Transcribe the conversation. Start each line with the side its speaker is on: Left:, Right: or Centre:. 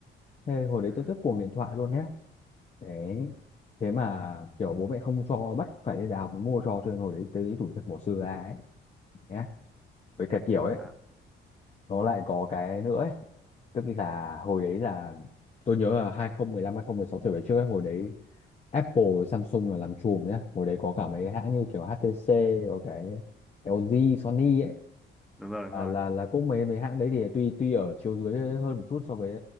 Left: thế hồi
Centre: ừ.
Left: đấy tôi rất cuồng điện thoại luôn nhá đấy thế mà kiểu bố mẹ không cho bắt phải đi đại học mới mua cho cho nên hồi đấy tới lý thủ thật bỏ xưa ra ấy nhá với cả kiểu ấy
Centre: Ờ,
Left: nó lại có cái nữa ấy Tức là hồi đấy là tôi nhớ là 2015 sáu trở về trước ấy, hồi đấy Apple với Samsung là làm chùm nhá. Hồi đấy có cả mấy hãng như kiểu HTC có cái LG Sony ấy
Centre: đúng rồi đúng
Left: là
Centre: rồi
Left: là là cũng mấy mấy hãng đấy thì tuy tuy ở chiều dưới hơn một chút so với